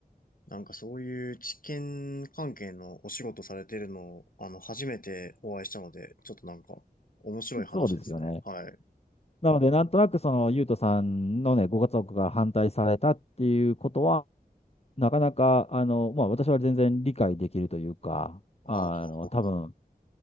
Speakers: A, on the left; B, on the left.
A: なんかそういう知見関係のお仕事されてるのを、あの、初めてお会いしたので、ちょっとなんか、面白い話ですね。
B: そうですよね。
A: はい。
B: なので、なんとなくその、ゆうとさんのね、ご家族が反対されたっていうことは、なかなか、あの、まあ、私は全然理解できるというか、あの、
A: ああ、ははは。
B: 多分、